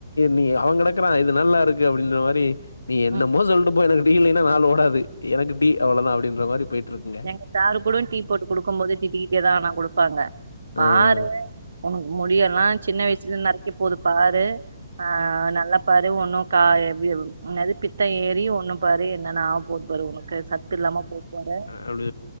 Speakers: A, on the left; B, on the right.
A: நீ அவெ கெடக்கறா இது நல்லா இருக்கு அப்டின்ற மாரி நீ என்ன
B: ம்
A: மோ சொல்ட்டு போ எனக்கு டீ இல்லன்னா நாலு ஒட அது எனக்கு டீ அவ்வளதா அப்டின்ற மாரி போயிட்டு இருக்குங்க
B: எங்க சாரு கூட டீ போட்டு குடுக்கு போது திட்டிடேதா ஆனா குடுப்பாங்க பாரு
A: அ
B: உனக்கு முடியல்லா சின்ன வயசுல நறைக்க போது பாரு அ நல்லா பாரு ஒண்ணு கா என்னது பித்த ஏறி ஒண்ணு பாரு என்னன்ன ஆக போது பாரு உனக்கு சத்து இல்லாம போப்போற
A: அப்டி